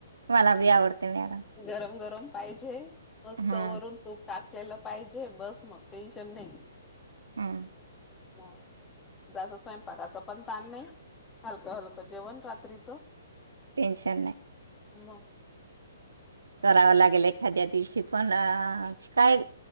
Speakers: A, on the right (about 85°); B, on the left (about 15°).
A: मला भी आवडते मॅडम.
B: गरम गरम पाहिजे! मस्त
A: हा
B: वरून तूप टाकलेलं पाहिजे, बस मग टेन्शन नाही.
A: हम्
B: ह जाच स्वयंपाकाच पण ताण नाही हलकं हलकं. जेवण रात्रीच
A: टेन्शन नाही
B: मग.
A: करावं लागेल एखाद्या दिवशी, पण अ... काय